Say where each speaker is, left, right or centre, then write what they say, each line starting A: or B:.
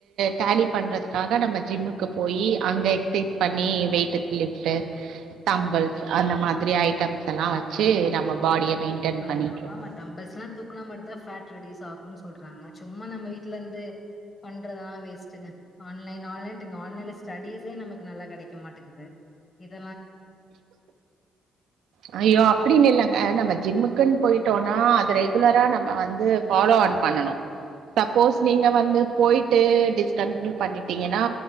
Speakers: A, on the right; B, on the left.
A: டாலி பண்றதுக்காக நம்ம ஜிம்முக்கு போய் அங்க எக்ஸைஸ் பண்ணி வெயிட் லிஃப்ட் தம்பிள்ஸ் அந்த மாதிரி ஐட்டம்ஸ் எல்லா வெச்சி நம்ம பாடிய மெயின்டென்
B: பண்றோ
A: பண்ணிட்டு இருக்கோம்
B: ஆமா டம்பிள்ஸ்ல தூக்குனா மட்டும்தான் ஃபேட் ரெடிஸ் ஆகும்ன்ன னு சொல்றாங்க சும்மா நம்ம வீட்ல இருந்து பண்றதெல்லாம் வேஸ்ட்ங்க ஆன்லைன் ஆன்லைன் இங்க ஆன்லைன் ஸ்டெடிசே நம்மளுக்கு நல்லா கிடைக்க மாட்டேங்குது இத
A: அ ஐயோ அப்படின்னு இல்லங்க நம்ம ஜிம்மு குன்னு போயிட்டோம்னா அது ரெகுலரா நம்ம வந்து பாலோ பண்ணனும் சப்போஸ் நீங்க வந்து போயி டிஸ்கன்டினியூ பண்ணிட்டீங்கன்னா